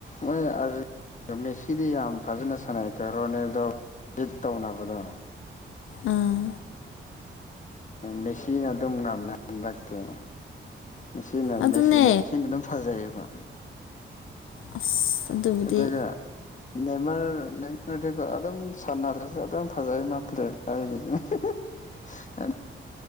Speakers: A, on the left (about 40°); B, on the left (about 80°).
A: ꯃꯣꯏ ꯑꯥꯔꯖꯦꯟ ꯃꯦꯁꯤꯗꯤ ꯌꯥꯝ ꯐꯖꯅ ꯁꯥꯟꯅꯩꯀꯣ ꯔꯣꯅꯦꯜꯗꯣ ꯇꯧꯅꯕꯗꯣ
B: ꯑꯥ
A: ꯃꯦꯆꯤꯟ ꯑꯗꯨꯝ ꯉꯝꯃꯦ ꯍꯟꯗꯛꯇꯤ ꯃꯦꯁꯤꯅ ꯃꯦꯁꯤ
B: ꯑꯗꯨꯅꯦ
A: ꯃꯦꯁꯤꯅ ꯑꯗꯨꯝ ꯐꯖꯩꯌꯦꯕ
B: ꯑꯁ ꯑꯗꯨꯕꯨꯗꯤ
A: ꯑꯗꯨꯒ ꯅꯦꯃꯔ ꯅꯃꯔꯗꯤꯒꯣ ꯑꯗꯨꯝ ꯁꯥꯟꯅꯗ꯭ꯔꯁꯨ ꯑꯗꯨꯝ ꯐꯖꯩ ꯃꯥꯄ꯭ꯂꯦꯒꯤꯅꯤ <unintelligible>